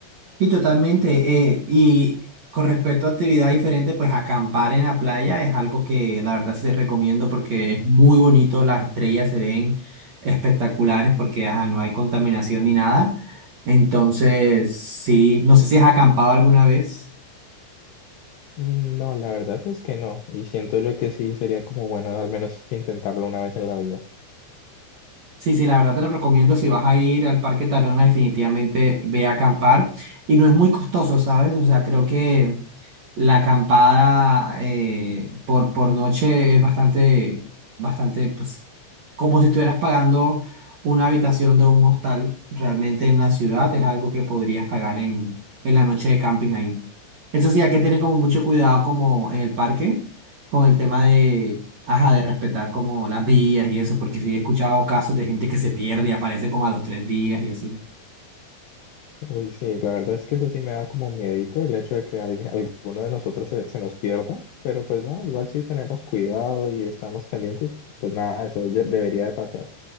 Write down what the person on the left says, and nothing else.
Mm, No, la verdad es que no. Y siento yo que sí sería como bueno al menos intentarlo una vez en la vida.
Uy, sí, la verdad es que eso sí me da como miedito el hecho de que alguien- alguno de nosotros se, se nos pierda. Pero pues no, igual sí tenemos cuidado y estamos pendientes, pues nada, eso ya debería de pasar.